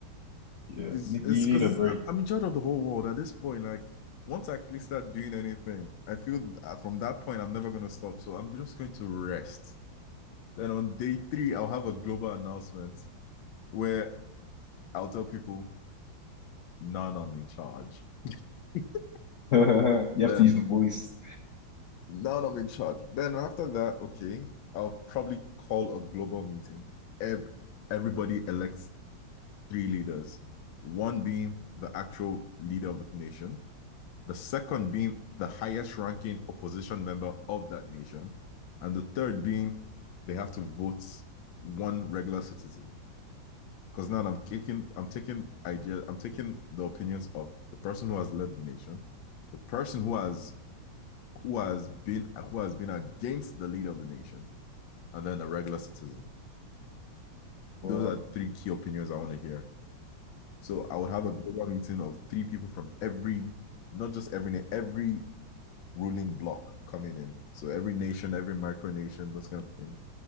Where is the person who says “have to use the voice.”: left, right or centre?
Left